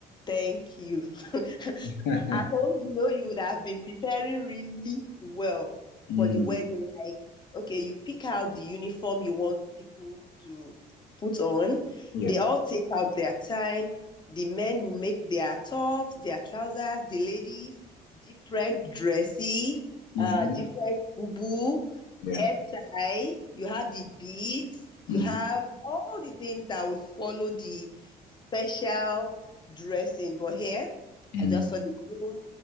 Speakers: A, on the left; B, on the left.
A: thank you. <laughs>
B: <laughs>
A: at home, you know, you would have been preparing really well
B: Mm,
A: for the wedding. Like, okay, you pick out the uniform you want people to put on.
B: yeah.
A: They all take out their time. The men will make their tops, their trousers, the ladies, different dresses,
B: Mm-hmm.
A: uh, different boo-boo,
B: Yeah.
A: head tie. You have the beads. You
B: Mm-hmm.
A: have all the things that will follow the special dressing. But here,
B: Mm.
A: I just saw the groom